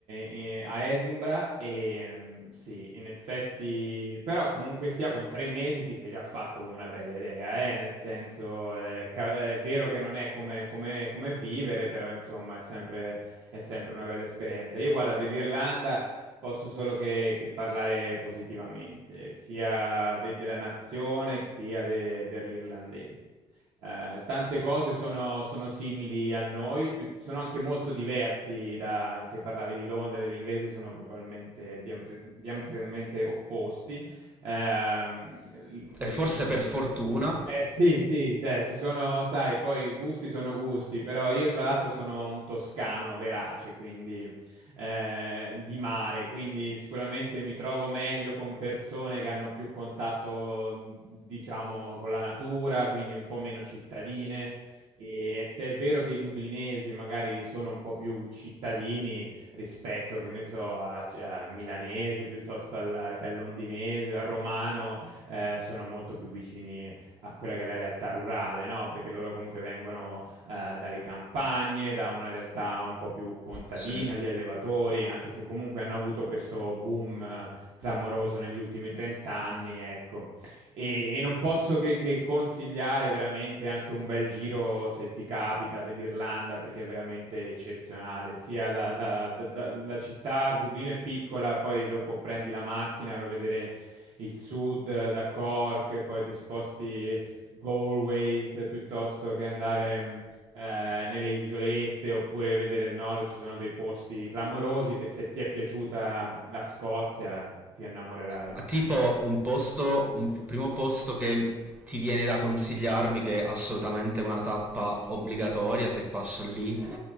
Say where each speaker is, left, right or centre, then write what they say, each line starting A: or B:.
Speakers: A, on the right; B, on the right.
A: eh, a Edinburgh e mm, sì, in effetti, però comunque sia con tre mesi ti sei già fatto una bella idea, eh, nel senso eh, ca- è vero che non è come, come- come vivere, però insomma è sempre, è sempre una bella esperienza. Io guarda, dell'Irlanda posso solo che, che parlare positivamente, sia de- della nazione che sia de- degli irlandesi eh, tante cose sono, sono simili a noi, pi- sono anche molto diversi da... Te parlavi di Londra, degli inglesi sono probabilmente diametri- diametralmente opposti. Ehm, sai,
B: e forse per fortuna,
A: eh sì, sì, cioè ci sono, sai, poi i gusti sono gusti, però io fra l'altro sono un toscano verace, quindi eh, di mare, quindi sicuramente mi trovo meglio con persone che hanno più contatto, diciamo, con la natura, quindi un po' meno cittadine. E se è vero che i dublinesi magari sono un po' più cittadini rispetto, che ne so, a, a milanese piuttosto al- che al londinese, al romano, eh, sono molto più vicini a quella che è la realtà rurale, no? Perché loro comunque vengono eh, dalle campagne, da una realtà un po' più contadina
B: Sì.
A: di allevatori, anche se comunque hanno avuto questo boom eh, clamoroso negli ultimi 30 anni, ecco. E, e non posso che, che consigliare veramente anche un bel giro, se ti capita, dell'Irlanda, perché è veramente eccezionale. Sia da, da- da- da- la città, Dublino è piccola, poi dopo prendi la macchina a vedere il sud eh, da Cork, e poi ti sposti Galway se piuttosto che andare... mh, eh, nelle isolette oppure vedere il nord ci sono dei posti clamorosi che se ti è piaciuta la Scozia ti innamorerai.
B: ma tipo un posto, un- il primo posto che ti viene da consigliarmi, che è assolutamente una tappa obbligatoria se passo lì,